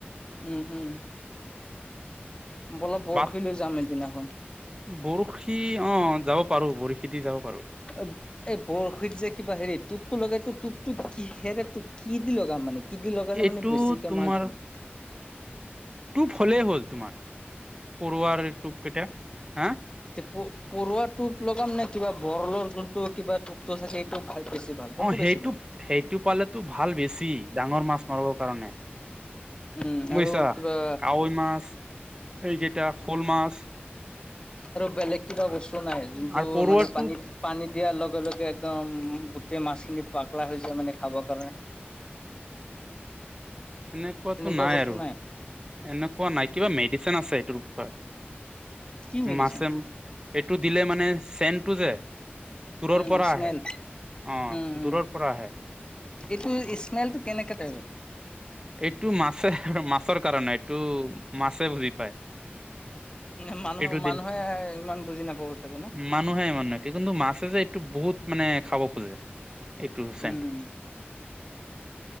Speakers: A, on the left; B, on the right.
A: উম উম বলক বৰশি
B: বাট
A: লৈ যাম এদিনাখন
B: বৰশী অ যাব পাৰো বৰশী দি যাব পাৰো
A: অ এই বৰশীত যে কিবা হেৰি টোপটো লগাইতো টোপটোক কিহেৰে টোপ কিহেদি লগাই মানে কিদি লগালে
B: এইটো
A: মানে বেছিকে
B: তোমাৰ
A: মাছ ধৰিব
B: টোপ হলেই হ'ল তোমাৰ পৰুৱাৰ টোপকেইটা হা
A: এতিয়া পৰুৱা টোপ লগাম নে কিবা বৰলৰ যোনটো কিবা টোপটো থাকে টো ভাল বছি ভাল কোনটো
B: অ সেইটো
A: বেছি ভাল
B: সেইটো পালেতো ভাল বেছি ডাঙৰ মাছ মাৰবৰ কাৰণে
A: উম
B: বুজিছা
A: আৰু কিবা
B: কাৱৈ মাছ এইকেইটা শোল মাছ
A: আৰু বেলেগ কিবা বস্তু নাই যোনটো
B: আৰু পৰুৱাটো
A: মানে পানীত পানীত দিয়াৰ লগে লগে একদম গোটেই মাছখিনি পাগলা হৈ যায় মানে খাবৰ কাৰণে <inaudible>
B: এনেকোৱাতো
A: তেনেকুৱা
B: নাই
A: বস্তু
B: আৰু এনেকোৱা নাই কিবা মেডিচিন আছে এইটোৰ বিষয়ত
A: কি মেডিচিন
B: মাছে এইটো দিলে মানে চেনটো যে দূৰৰ
A: উম
B: পৰা
A: স্মেল
B: আহে অ
A: উম উম
B: দূৰৰ পৰা আহে
A: এইটো স্মেলটো কেনেকে পাই গল
B: এইটো মাছে মাছৰ কাৰণে এইটো মাছে বুজি পায়।
A: নে মানুহে
B: এইটো
A: মানুহে
B: দিলে
A: ইমান বুজি নাপাব চাগে না,
B: মানুহে মানে কিন্তু মাছে যে এইটো বহুত মানে খাব খোজে এইটো চেনট,
A: উম।